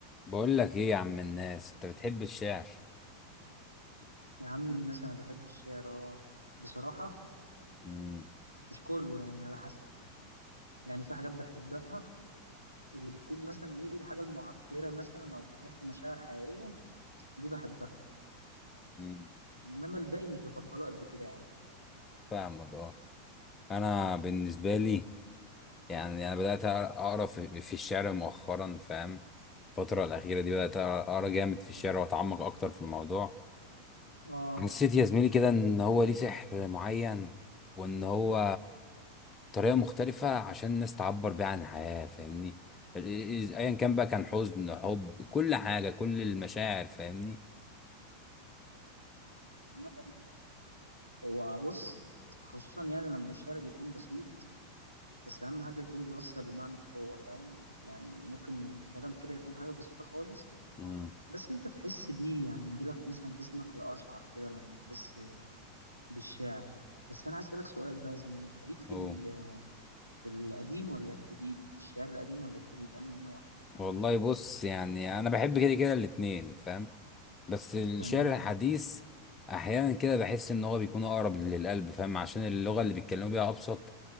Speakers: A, on the left; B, on the right.
A: بقول لك ايه يا عم الناس انت بتحب الشعر
B: يا عم الناس انا بحب الشعر اه بصراحه
A: مم.
B: مش كله يعني على حسب يعني في حاجات بحبها اللي بتكون مثلا ايه الحاجه المعبره مثلا او بتحكي مشاعر حقيقيه دي بحبها
A: مم.
B: انما الباقي مش بفضله قد كده يعني
A: فاهمك اه انا بالنسبه لي يعني انا بدات اقرا في في الشعر مؤخرا فاهم الفتره الاخيره دي بدات اقرا جامد في الشعر واتعمق اكتر في الموضوع
B: اه
A: حسيت يا زميلي كده ان هو ليه سحر معين وان هو طريقه مختلفه عشان الناس تعبر بيها عن الحياه فاهمني ال- ال- ايا كان بقى كان حزن حب كل حاجه كل المشاعر فاهمني
B: عامه هو بص خصوصا يعني لما الشعر بيكون بسيط بس اهم حاجه يكون بيوصل المعنى بقوه فاهم يعني ممكن كلام كده يكون حاجه بسيطه خالص
A: مم.
B: بس انت تحس بيه يعني يجيلك مثلا جسمك يقشعر كده لما تحس بالشعر بس انا عايز اسالك سؤال بقى يا زميلي انت ليك في
A: اه
B: ال... في القديم ولا الجديد الشعر القديم ولا الجديد انهي نوع
A: والله بص يعني انا بحب كده كده الاتنين فاهم بس الشعر
B: تمام
A: الحديث احيانا كده بحس ان هو بيكون اقرب للقلب فاهم عشان اللغه اللي بيتكلموا بيها ابسط